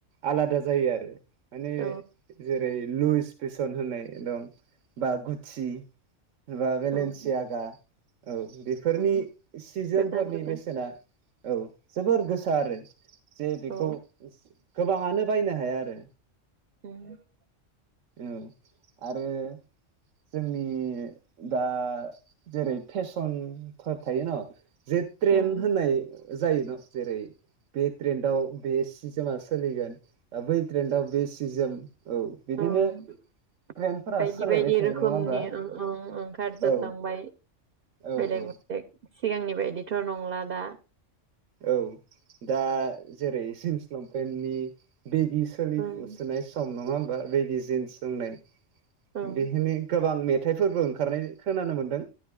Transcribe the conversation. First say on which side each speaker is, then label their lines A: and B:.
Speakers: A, on the right; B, on the right.
A: आलादा जायो आरो माने
B: औ
A: बै लुइस फेसन होननाय दं बा गुसि एबा बेलेन्सि
B: औ
A: आगा औ बेफोरनि
B: औ
A: सि जोमफोरनि
B: गोदान गोदान
A: बेसेना औ जोबोर गोसा आरो जे बेखौ
B: औ
A: गोबाङानो बायनो हाया आरो
B: औ <unintelligible>
A: औ आरो जोंनि दा जेरै फेसनफोर थायो न' जे ट्रेेन्ड
B: ओं
A: होननाय जायोना जेरै बे ट्रेेन्डाव बे सिस थिमा सोलिगोन बै ट्रेन्डाव बे सि जोम औ बिदिनो
B: ओं
A: ट्रेन्डफोरा
B: बायदि
A: सोलायबाय
B: बायदि
A: थायो
B: रोखोमनि
A: नङा होमबा
B: ओ ओं ओंखार जोबलांबाय।
A: औ औ
B: बेलेग
A: औ
B: बेलेग सिगांनि बायदिथ' नंला दा
A: औ दा जेरै जिन्स लंपेन्टनि बेगि सोलिफुसोनाय
B: ओं
A: सम नङा होमबा बेगि जिन्स जोमनाय
B: ओं
A: बेहेनो गोबां मेथाइफोरबो ओंखारनाय खोनानो मोनदों